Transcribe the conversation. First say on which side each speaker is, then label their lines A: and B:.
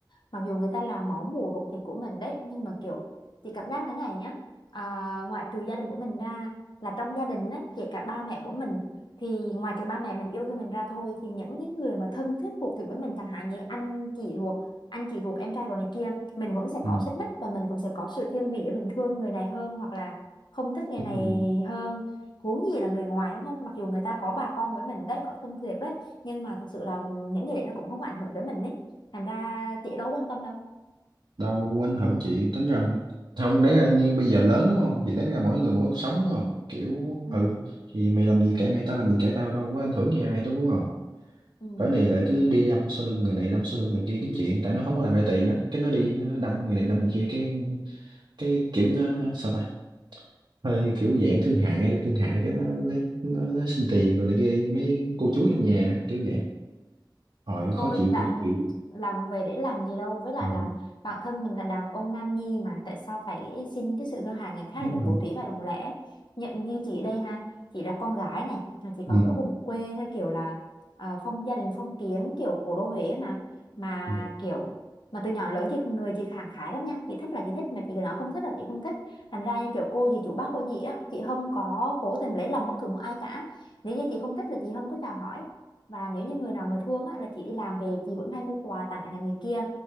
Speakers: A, on the left; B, on the right.
A: mặc dù người ta làm máu mủ ruột thịt của mình đấy nhưng mà kiểu chị cảm giác thế này nhá à, ngoại trừ gia đình của mình ra là trong gia đình á, kể cả ba mẹ của mình thì ngoài trừ ba mẹ mình yêu thương mình ra thôi thì những cái người mà thân thiết ruột thịt với mình chẳng hạn như anh chị ruột anh chị ruột em trai ruột này kia mình vẫn sẽ
B: ừ,
A: có xích mích và mình cũng sẽ có sự thiên vị để mình thương người này hơn hoặc là không thích người
B: đúng
A: này
B: rồi
A: hơn huống gì là người ngoài đúng không mặc dù người ta có bà con với mình đấy có thân thiệt đấy nhưng mà thực sự là những người đấy nó cũng không ảnh hưởng tới mình đấy thành ra chị đâu quan tâm đâu
B: đâu cũng ảnh hưởng chị tính ra không đáng ra như bây giờ lớn đúng không thì đáng ra mỗi người mỗi cuộc sống đúng không kiểu
A: ừ
B: ừ thì mày làm gì kệ mày tao làm gì kệ tao đâu có ảnh hưởng gì ai đâu đúng không
A: ừ
B: cỡ này lại cứ đi đâm sau lưng người này đâm sau lưng người kia kiếm chuyện tại nó không có làm ra tiền á cái nó đi nó đâm người này đâm người kia cái cái kiểu nó sao ta hơi kiểu dạng thương hại được thương hại cái nó lấy nó, nó xin tiền rồi này kia mấy cô chú trong nhà á, kiểu vậy Hồi khó
A: thôi
B: chịu
A: là
B: cực kỳ
A: làm về để làm gì đâu với lại
B: Ờ,
A: là bản thân mình là đàn ông nam nhi mà tại sao phải xin cái sự thương hại người khác
B: đúng
A: để được
B: rồi
A: bổ thí và đồng lẽ nhận như chị đây ha chị là con gái này mà chị
B: ừ.
A: còn ở vùng quê theo kiểu là à, phong gia đình phong kiến kiểu cổ đô Huế mà mà
B: Ừ.
A: kiểu mà từ nhỏ đến lớn chị người chị khẳng khái lắm nha chị thích là chị thích mà chị cứ nói không thích là chị không thích thành ra như kiểu cô gì chủ bác cô gì á chị không có cố tình lấy lòng bất cứ một ai cả nếu như chị không thích là chị không có chào hỏi và nếu như người nào mà thương á, là chị đi làm về chị vẫn hay mua quà tặng là người kia.